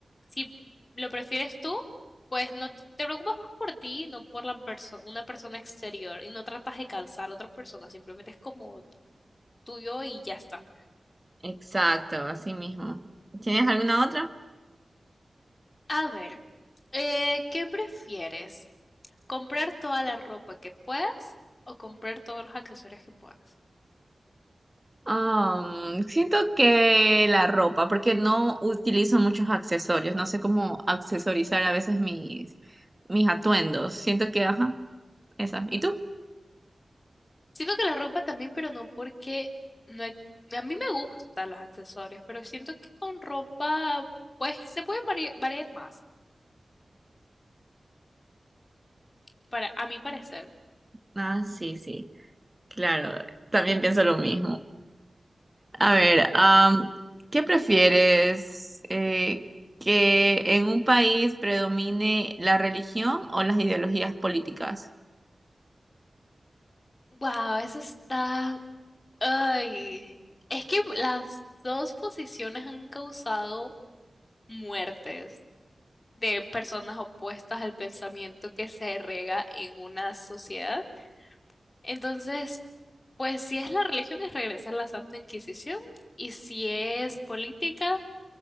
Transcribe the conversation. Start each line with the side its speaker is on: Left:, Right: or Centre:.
Left: si lo prefieres tú, pues no t- te preocupas más por ti, no por la perso- una persona exterior y no tratas de cansar a otra persona, simplemente es como tuyo y ya está.
Right: Exacto, así mismo. ¿Tienes alguna otra?
Left: A ver, eh, ¿qué prefieres? ¿Comprar toda la ropa que puedas o comprar todos los accesorios que puedas?
Right: Am, siento que la ropa, porque no utilizo muchos accesorios, no sé cómo accesorizar a veces mis, mis atuendos. Siento que, ajá, esa. ¿Y tú?
Left: Siento que la ropa también, pero no porque no he- a mí me gustan los accesorios, pero siento que con ropa pues se puede vari- variar más, para a mi parecer.
Right: Ah, sí, sí, claro, también pienso lo mismo. A ver, am, ¿qué prefieres? Eh, ¿que en un país predomine la religión o las ideologías políticas?
Left: Wow, eso está. Ay, es que las dos posiciones han causado muertes de personas opuestas al pensamiento que se rega en una sociedad. Entonces, pues si es la religión es regresar a la Santa Inquisición y si es política,